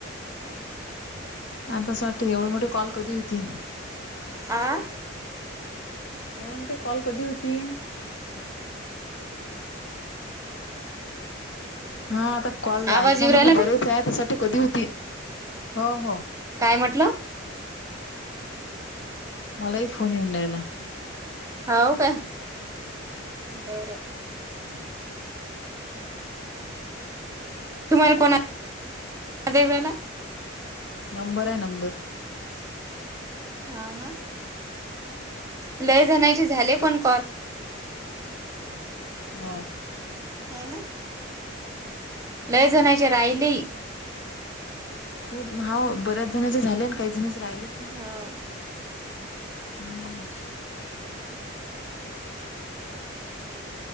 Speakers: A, on the left; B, on the right.
A: आता अस वाटते एवढं मोठे कॉल कधी होतील.
B: आं?
A: एवढ मोठे कॉल कध होती? हा आता कॉल आहेत
B: आवाज
A: ना
B: येऊ
A: म्हटलं
B: राहिला
A: बरेच
B: काय
A: आहे त्यासाठी कधी होती हो हो
B: काय म्हटलं?
A: मलाही फोन येऊन राहिला.
B: होव काय बरं.
A: ह <inaudible>
B: तुम्हाला कोणा <unintelligible> देवराला?
A: नंबर आहे नंबर.
B: हाव ना? लय जणायचे झाले पण कॉल.
A: हा.
B: ह ना लय जणायचे राहिले.
A: खूप हो बऱ्याच जण्याचे झाले आणि काही जणिचे राहिलेच नाही.
B: हा.
A: हम्म.